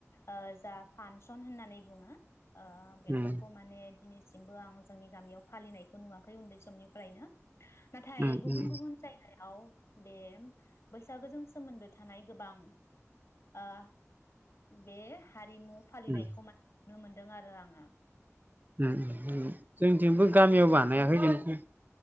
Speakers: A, on the left (about 55°); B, on the right (about 35°).
A: ओ जा फानसन होननानै बुङो ओ बेफोरखौ
B: उम
A: माने दिनैसिमबो आं जोंनि गामियाव फालिनायखौ नुवाखै उन्दै समनिफ्रायनो नाथाय
B: उम
A: गुबुन
B: उम
A: गुबुन जायगाया आव बे बैसागोजों सोमोन्दो थानाय गोबां आ बे हारिमु फालिनायखौ
B: उम
A: मा नुनो मोनदों आरो आङो
B: उम उ। जोंनिथिंबो गामियाव बानायाखै जों <unintelligible>